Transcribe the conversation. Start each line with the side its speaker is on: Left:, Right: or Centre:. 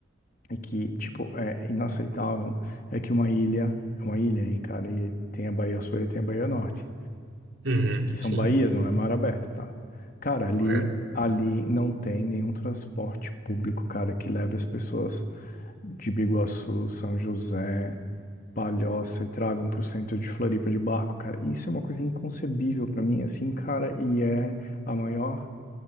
Left: é que, tipo, é inaceitável, é que uma ilha, é uma ilha, hein, cara, e tem a Baía Sul e tem a Baía Norte
Right: Uhum,
Left: que são
Right: sim,
Left: baías, não é mar aberto, tá? Cara, ali,
Right: correto.
Left: ali não tem nenhum transporte público, cara, que leve as pessoas de Biguaçu, São José, Palhoça e tragam pro centro de Floripa de barco, cara. Isso é uma coisa inconcebível pra mim, assim, cara, e é a maior